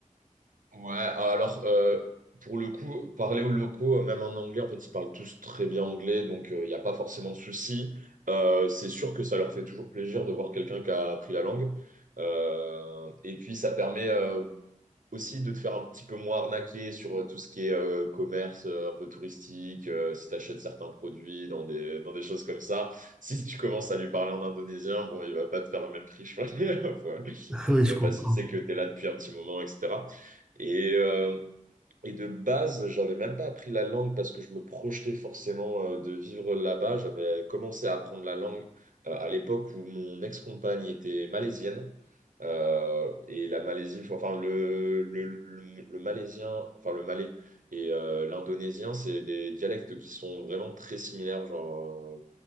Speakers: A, on the right; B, in the centre.
A: Ouais, alors euh, pour le coup, parler aux locaux, euh, même en anglais, en fait, ils parlent tous très bien anglais, donc euh, il n'y a pas forcément de souci. Euh, c'est sûr que ça leur fait toujours plaisir de voir quelqu'un qui a appris la langue. Euh, et puis ça permet, euh, aussi de te faire un petit peu moins arnaquer sur euh, tout ce qui est euh, commerce euh, un peu touristique, euh, si tu achètes certains produits dans des, dans des choses comme ça. Si tu commences à lui parler en indonésien, bon, il va pas te faire le même prix, je crois. <laughs> Ouais.
B: Ah oui, je
A: Ouais,
B: comprends.
A: Parce qu'il sait que tu es là depuis un petit moment, etc. Et, euh, et de base, j'avais même pas appris la langue parce que je me projetais forcément euh, de vivre là-bas. J'avais commencé à apprendre la langue euh, à l'époque où mon ex-compagne était malaisienne. Euh, et la Malaisie, faut- enfin le, le, le, le malaisien, enfin le malais et euh, l'indonésien, c'est des dialectes qui sont vraiment très similaires, genre